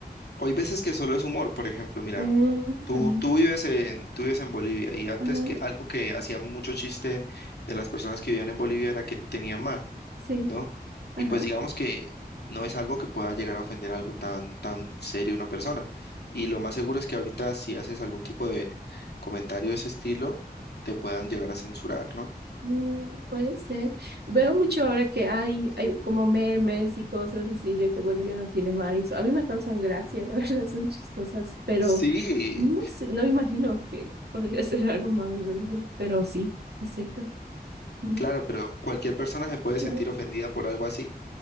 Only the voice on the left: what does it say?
O hay veces que solo es humor, por ejemplo, mira,
tú,
tú vives en, tú vives en Bolivia y antes
que algo que hacía mucho chiste de las personas que vivían en Bolivia era que no tenía mar,
¿no?
Y pues digamos que no es algo que pueda llegar a ofender algo tan, tan serio a una persona. Y lo más seguro es que ahorita si haces algún tipo de comentario de ese estilo, te puedan llegar a censurar, ¿no?
Sí,
claro, pero cualquier persona se puede
sentir ofendida por algo así